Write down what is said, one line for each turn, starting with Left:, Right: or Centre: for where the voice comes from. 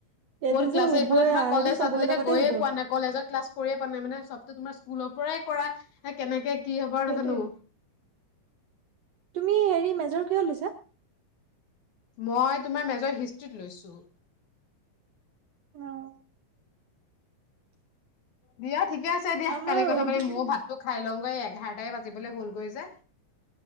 Right: এইটো
Left: ক'ত ক্লাছ
Right: যে হ'বই
Left: হয় ইফালে তোমাৰ
Right: আৰু
Left: কলেজ
Right: সেইটো চবৰে
Left: আজিলৈকে
Right: লগতে
Left: গৈয়ে
Right: হ'ব
Left: পোৱা নাই। কলেজত ক্লাছ কৰিয়ে পোৱা নাই মানে চবটো তোমাৰ স্কুলৰ পৰাই কৰা, কেনেকে? কি হ'ব নাজানো
Right: সেইটোৱে, তুমি হেৰি মেজৰ কিহৰ লৈছা?
Left: মই তোমাৰ মেজৰ হিষ্ট্ৰিত লৈছোঁ।
Right: অ'
Left: দিয়া ঠিকে আছে দিয়া।
Right: আমাৰ
Left: কালি কথা
Right: অ'
Left: পাতিম দিয়া। ময়ো ভাত, খাই লওঁগৈ এঘাৰটাই বাজিবলৈ হ'লগৈ যে।